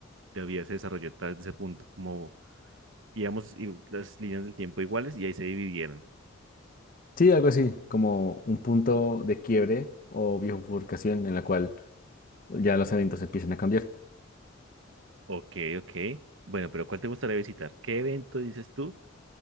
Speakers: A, on the right (about 70°); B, on the left (about 45°).
A: la vida se desarrolló a través de ese punto, como íbamos y las líneas del tiempo iguales y ahí se dividieron.
B: Sí, algo así, como un punto de quiebre o bifurcación en la cual ya los eventos empiezan a cambiar.
A: Ok, ok. Bueno, pero ¿cuál te gustaría visitar? ¿Qué evento dices tú?